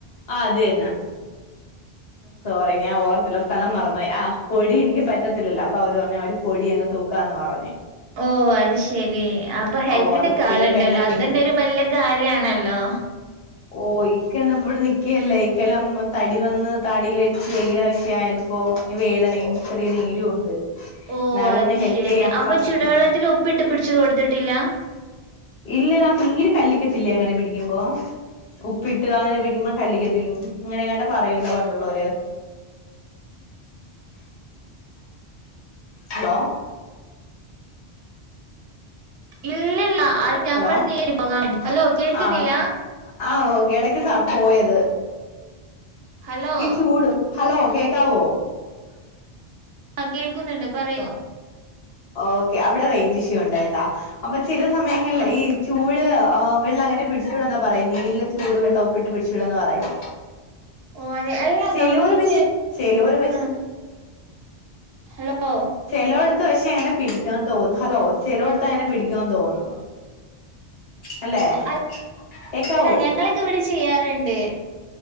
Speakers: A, on the left; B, on the right.
A: ആ അതന്നെ സോറി ഞാൻ ഓർത്തില്ല സ്ഥലം മറന്ന് പോയി ആ പൊടി എനിക്ക് പറ്റത്തില്ലല്ലോ അപ്പൊ അവര് പറഞ്ഞു അവര് പൊടിയങ്ങ് തൂക്കാന്ന് പറഞ്
B: ഓ അത് ശരി അപ്പൊ ഹെൽപ്പിനൊ
A: ഓ അത്
B: ക്കാളുണ്ടല്ലോ
A: കേറി കഴിഞ്ഞാ പിന്നെ
B: അതന്നെ ഒരു വല്യ കാര്യാണല്ലോ
A: ഓ ഇക്കന്ന് ഇപ്പൊ ഇവിടെ നിക്കല്ലേ ഇക്കെല്ലാം തടി വന്ന് താടിലിടിച്ച് ഭയങ്കര വിഷയായത് ഇപ്പൊ വേദനയും
B: ഓ
A: ചെറിയ നീരുണ്ട്
B: ഓ
A: ന്നാലും
B: അത്
A: ഒന്ന് ഹെൽപ്
B: ശരി
A: ചെയ്യാന്ന്
B: അപ്പൊ
A: പറഞ് നിക്കാണ്
B: ചുടുവെള്ളത്തിൽ ഉപ്പിട്ട് പിടിച്ചു കൊടുത്തിട്ടില്ല
A: ഇല്ലടാ നീര് കല്ലിക്കത്തില്ലേ അങ്ങനെ പിടിക്കുമ്പോ ഉപ്പിട്ട് അങ്ങനെ പിടിക്കുമ്പോ കല്ലിക്കത്തി അങ്ങനെങ്ങാണ്ടോ പറയൊല്ലോ പണ്ടുള്ളോര് ഹലോ
B: ഇല്ലില്ല അത് ഞമ്മൾ
A: ഹലോ
B: നീര് പോകാൻ ഹലോ കേൾക്കുന്നില്ല
A: ആ ആ ഓ ഇടക്ക് സൗ പോയത്
B: ഹലോ
A: ഈ ചൂട് ഹലോ കേക്കാവോ
B: ആ കേൾക്കുന്നുണ്ട് പറയോ
A: ഓക്കെ അവിടെ റൈഞ്ച് ഇഷ്യു ഉണ്ട്ട്ടോ അപ്പൊ ചില സമയങ്ങളില്
B: ആഹ്
A: ഈ ചൂട് വെള്ളം അങ്ങനെ പിടിച്ചുടന്നാ പറയുന്നെ നീര് ചൂട് വെള്ളം ഉപ്പിട്ട് പിടിച്ചുടന്ന് പറയും
B: ഓ അതെ അല്ലാ
A: ചെലോര്
B: നമ്മള്
A: പക്ഷെ
B: ചേ
A: ചെലോര് പക്ഷെ
B: ആ ഹലോ
A: ചെലോട്ത്ത് പക്ഷേ അങ്ങനെ പിടിക്കുന്ന് തോന്നുന്നു ഹലോ ചെലോട്ത്ത് അങ്ങനെ പിടിക്കുന്ന് തോന്നുന്നു അല്ലെ
B: അ
A: കേക്കാവോ
B: അല്ല ഞങ്ങളൊക്കെ ഇവിടെ ചെയ്യാറുണ്ട്